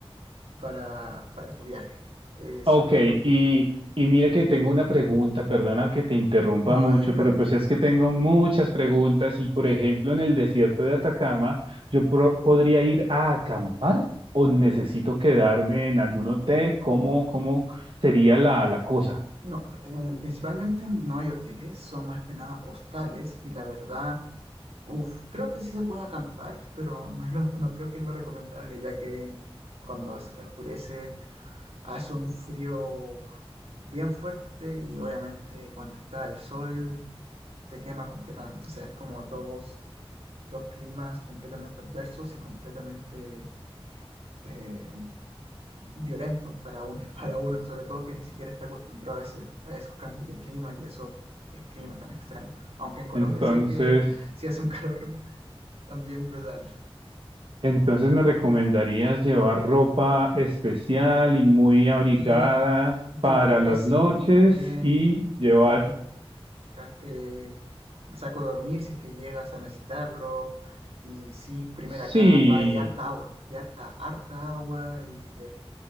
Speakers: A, on the right; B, on the right.
A: para, para tu viaje. Eh, sobre
B: Ok,
A: todo,
B: y, y mire que tengo una pregunta, perdona que te interrumpa
A: no,
B: mucho,
A: no importa.
B: pero pues es que tengo muchas preguntas y por ejemplo en el desierto de Atacama, ¿yo pro- podría ir a acampar o necesito quedarme en algún hotel? ¿Cómo, cómo sería la, la cosa?
A: No, eh, principalmente no hay hoteles, son más que nada hostales y la verdad, uff, creo que sí se puede acampar, pero no es lo- no creo que es lo recomendable, ya que en- cuando os- oscurece hace un frío uf, bien fuerte y obviamente cuando está el sol te quema completamente, o sea, es como dos, dos climas completamente adversos y completamente eh, violentos para, un, <laughs> para uno, sobre todo que ni siquiera está acostumbrado a, ese- a esos cambios de clima y esos eh, climas tan extremos. Aunque en Colombia
B: Entonces...
A: sé que sí hace un <laughs> calor también brutal.
B: Entonces, ¿me recomendarías llevar ropa especial y muy abrigada
A: Y yo
B: para
A: creo que
B: las
A: sí,
B: noches
A: también,
B: y
A: y,
B: llevar,
A: y también como ca- eh, saco de dormir si es que llegas a necesitarlo. Y sí, primera
B: sí,
A: capa y harta agua, y harta, harta agua. Y eh,